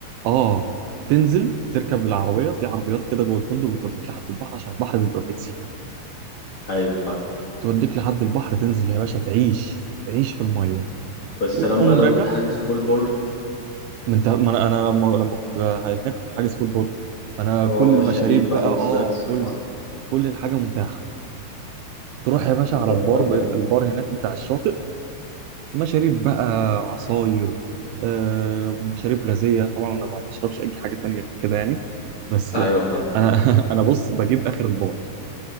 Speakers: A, on the right (about 80°); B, on the left (about 40°).
A: اه تنزل تركب العربيه في عربيات كده جوه الفندق بتوديك لحد البحر عشان البحر بيبقى بعيد سيك
B: ايوه فاهم
A: توديك لحد البحر تنزل يا باشا تعيش تعيش في الميه
B: بس
A: وتقوم
B: سلام بقى لو
A: راجع
B: انت حاجز فول بورد
A: ما انت ما انا أنا لما لما كنت هناك كنت حاجز فول بورد فانا
B: اه
A: كل
B: مشاريب
A: المشاريب
B: بقى
A: بقى اه
B: وسناكس براحتك
A: كله كل الحاجه متاحه تروح يا باشا
B: بيبقى
A: على البار
B: الحوار جامد
A: البار هناك بتاع الشاطئ مشاريب بقى عصاير آه مشاريب غازيه طبعا انا ما بشربش اي حاجه تانية غير كده يعني بس
B: ايوه فاهم
A: انا <laughs> انا بص بجيب اخر البار